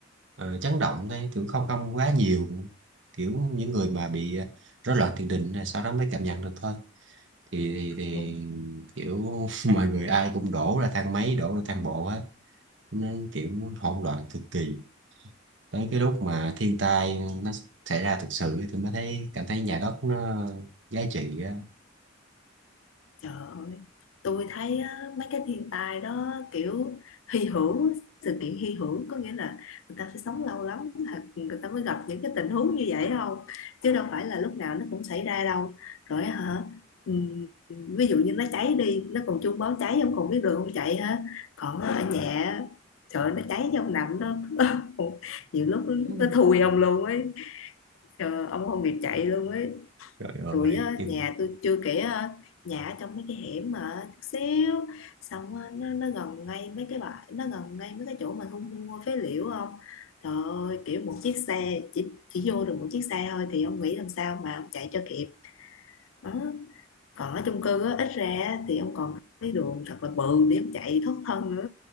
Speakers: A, on the right (about 65°); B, on the left (about 80°).
A: ờ, chấn động thôi kiểu không không quá nhiều kiểu những người mà bị ờ, rối loạn tiền đình là sau đó mới cảm nhận được thôi thì, thì, thì
B: Ừ.
A: kiểu <laughs> mọi người ai cũng đổ ra thang máy đổ ra thang bộ á nên kiểu hỗn loạn cực kỳ tới cái lúc mà thiên tai nó xảy ra thực sự tôi mới thấy cảm thấy nhà đất nó giá trị á
B: Trời ơi, tôi thấy á, mấy cái thiên tai đó kiểu hy hữu, sự kiện hy hữu có nghĩa là người ta phải sống lâu lắm thật người ta mới gặp những cái tình huống như vậy không? Chứ đâu phải là lúc nào nó cũng xảy ra đâu. Rồi hả? ừm, ví dụ như nó cháy đi, nó còn chuông báo cháy không còn biết đường không chạy hả? Còn ở nhà trời ơi, nó cháy trong nằm đó <laughs> nhiều lúc
A: Ừ.
B: nó thùi ông luôn ấy, trời, ơi, ông không kịp chạy luôn ấy
A: trời ơi
B: rồi ờ,
A: nhưng
B: nhà tôi chưa kể ờ, nhà ở trong mấy cái hẻm mà chút xíu xong ờ, nó, nó gần ngay mấy cái bãi nó gần ngay mấy cái chỗ mình thu mua phế liệu không trời ơi kiểu một chiếc xe chỉ chỉ vô được một chiếc xe thôi thì ông nghĩ làm sao mà ông chạy cho kịp đó còn ở chung cư á, ít ra á, thì ông còn cái đường thật là bự để ông chạy thoát thân nữa